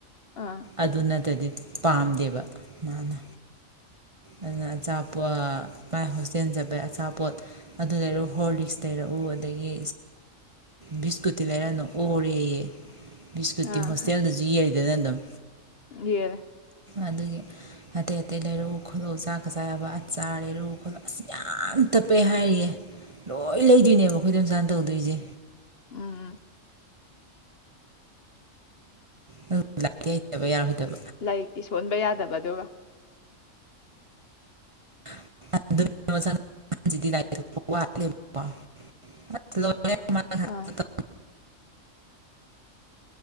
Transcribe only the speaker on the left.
ꯑꯥ
ꯑꯥ
ꯌꯦꯜꯂꯦ
ꯎꯝ
ꯂꯥꯏꯔꯤꯛꯇꯤ ꯁꯣꯟꯕ ꯌꯥꯗꯕ ꯑꯗꯨꯒ
ꯑꯥ